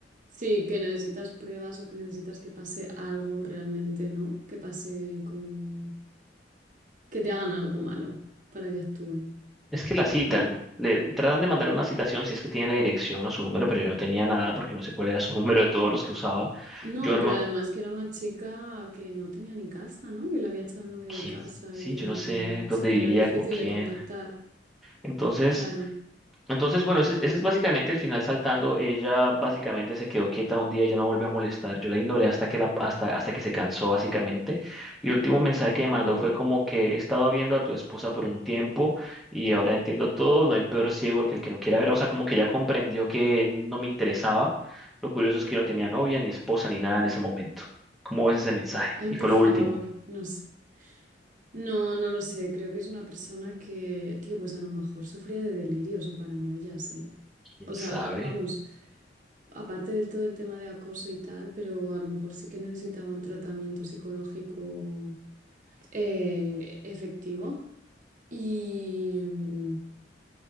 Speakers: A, on the right; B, in the centre.
A: Sí, que necesitas pruebas o que necesitas que pase algo realmente, ¿no? Que pase como que te hagan algo malo para que actúen,
B: Es que la citan,
A: ¿no?
B: le tratan de mandarle una citación si es que tiene la dirección o su número, pero yo no tenía nada porque no sé cuál era su <laughs> número de todos los que usaba.
A: No,
B: Yo, hermano,
A: pero además que era una chica que no tenía ni casa, ¿no? Que la había echado el novio
B: ¿quién?
A: de casa
B: Sí,
A: y que
B: yo
A: no,
B: no sé dónde
A: o sea,
B: vivía,
A: que era difícil
B: con quién.
A: de contactar,
B: Entonces...
A: claro.
B: Entonces, bueno, ese, es ese es básicamente el final saltando. Ella básicamente se quedó quieta un día y ya no volvió a molestar. Yo la ignoré hasta que, la, hasta, hasta que se cansó, básicamente. Y el último mensaje que me mandó
A: Mm,
B: fue como que he estado viendo a tu esposa por un tiempo y ahora entiendo todo. No hay peor ciego que el que no quiera ver. O sea, como que ya comprendió que no me interesaba. Lo curioso es que yo no tenía novia, ni esposa, ni nada en ese momento. ¿Cómo ves ese mensaje?
A: Ay,
B: Y
A: por
B: fue lo
A: favor,
B: último.
A: no sé. No, no lo sé, creo que es una persona que, tío, pues a lo mejor sufría de delirios o paranoias, ¿eh?
B: ¿Quién
A: O
B: sabe?
A: sea, ahora, vamos. aparte del todo el tema de acoso y tal, pero a lo mejor sí que necesitaba un tratamiento psicológico eh, efectivo. Y, mm,